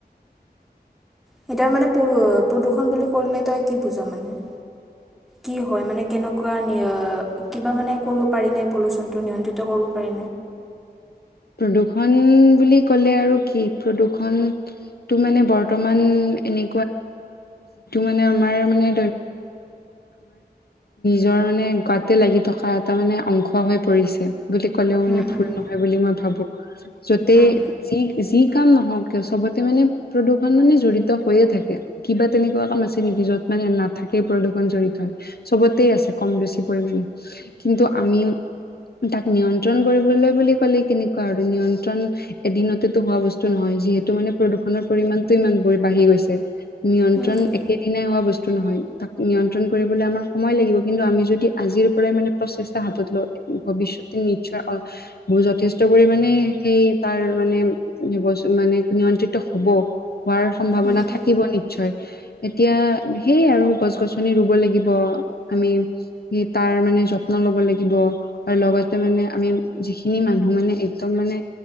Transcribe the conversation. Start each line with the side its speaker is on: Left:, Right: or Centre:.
Centre: সটোাৰ মানে প্ৰদূৰ্ষণ বুলি কৰিলে তই কি বুজ মানে কি হয় মানে কেনেকুৱা নি কিবা মানে কৰিব পাৰি পন নন্ত্ৰিত কৰিব পাৰি।
Left: প্ৰদূৰ্ষন বুলি ক'লে আৰু কি প্ৰদূৰ্ষন তটো মানে বৰ্তমান বি মান জ ৰ মানে গাতে লাগি থকা এটা মানে অংশ হৈ পৰিছে। বুলি ক'লেও
Centre: উম
Left: মানে ভুল
Centre: উম
Left: নহয় বুলি মই ভাবো যতে
Centre: উম
Left: যি যি কাম নহক ক চবতে মানে প্ৰদূৰণ মানে জডৰিত হৈয়ে থাকে কিবা তেনেকুৱা কাম আছে নেকি য'ত মানে নাথ থাকেই প্ৰদূৰষণ জড়িত হয় চবতে আছে কম বেছি পৰিমাণে কিন্তু আমি তাক নিয়ন্ত্ৰণ কৰিবলৈ বুলি ক'লে কেনেক আৰু নিয়ন্ত্ৰণ এদিনতেতো হোৱা বস্তু নহয় যিহেতু মানে প্ৰদূষণৰ পৰিমমানণতটো ইমান বাঢ়ি গৈ নিয়ন্ত্ৰণ
Centre: উম উম
Left: একেদিনাই হোৱা বস্তু নহয় তাক নিয়ন্ত্ৰণ কৰিবলৈ আমাৰ সময় লাগিব কিন্তু আমি যদি আজিৰ পৰাই মানে প্ৰচেষ্টা হাতত লওঁ। ভৱিষ্যতেৰ নিশ্চয় যথেষ্ট পৰিানে সেই তাৰ মানে মানে নিয়ন্ত্ৰিত হব। হোৱাৰ সম্ভাৱনা
Centre: উম উম
Left: থাকিব নিশ্চয়। এতিয়া সেই আৰু গছ গছনি ৰুব লাগিব আমি তাৰ মানে যত্ন ব লাগ আৰু লগতে মানে আমি যিখিনি মানুহ মানে একদম মানে